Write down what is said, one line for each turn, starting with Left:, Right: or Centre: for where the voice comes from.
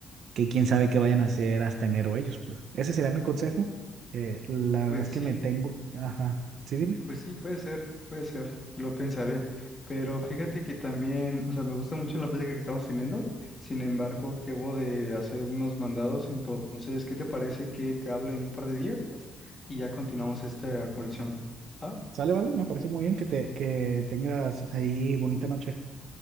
Right: que quién sabe qué vayan a hacer hasta enero ellos, pues. Ese sería mi consejo. Eh, la verdad
Left: Pues
Right: es que
Left: sí,
Right: me tengo, ajá, sí, dime.
Left: Pues sí, puede ser, puede ser, lo pensaré. Pero fíjate que también, o sea, me gusta mucho la plática que estamos teniendo. Sin embargo, debo de hacer unos mandados. Entonces, ¿qué te parece que te hable en un par de días? Y ya continuamos esta conversación. Ah,
Right: Sale, vale, me parece muy bien que te, que tengas ahí bonita noche.